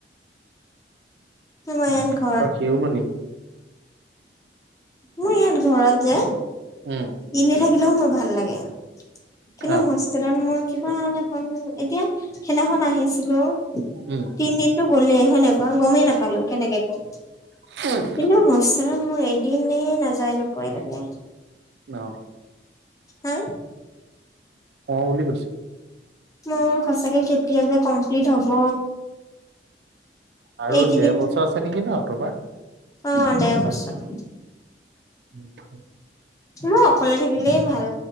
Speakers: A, on the left; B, on the right.
A: মই এইয়াত ঘৰত।
B: শিউমনি
A: মোৰ ইয়াত ঘৰত যে
B: উম
A: এনেই থাকিলেও মোৰ ভাল লাগে। কিন্তু
B: আহ
A: হোষ্টেলত মোৰ কিবা এ এখন এতিয়া সেইদিনাখন আহিছিলোঁ,
B: উম
A: তিনদিনটো গ'লেই সেনেকুৱা গমেই নাপালো কেনেকে গ'ল।
B: <unintelligible>
A: কিন্তু হোষ্টেলত মোৰ এদিনেই নাযায় নোপোৱ লাগে।
B: অ।
A: হা?
B: অ বুলি কৈছে।
A: মোৰ সঁচাকে কেতিয়া যে কমপ্লিট হব!
B: আৰু
A: এইকেইদিন
B: দেৰ বছৰ আছে নেকি ন তোমাৰ?
A: অ দেৰ বছৰ।
B: <unintelligible>
A: মই অকলে থাকিলেই ভাল,